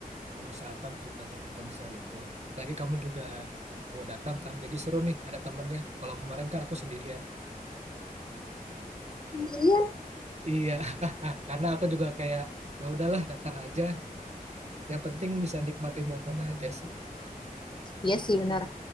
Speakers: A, on the right; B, on the left.
A: mengusahakan untuk datang ke konser itu. Lagi kamu juga mau datang kan, jadi seru nih ada temennya. Kalau kemarin kan aku sendirian.
B: sendirian
A: Iya, <laughs> karena aku juga kayak ya udahlah datang aja. Yang penting bisa nikmati momen aja sih.
B: iya sih benar